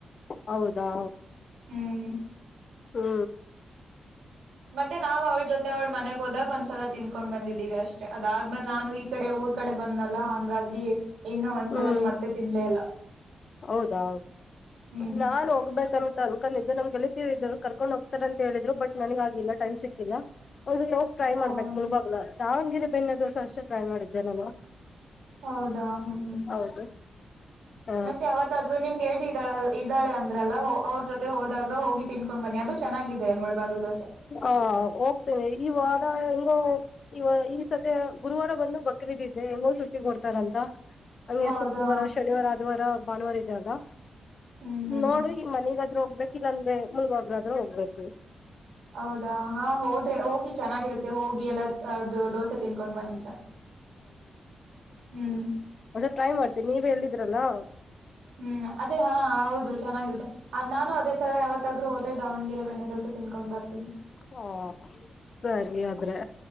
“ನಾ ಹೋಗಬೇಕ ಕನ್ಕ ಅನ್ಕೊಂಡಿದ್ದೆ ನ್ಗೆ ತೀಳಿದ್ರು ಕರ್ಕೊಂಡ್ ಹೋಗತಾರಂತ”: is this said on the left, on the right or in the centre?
Left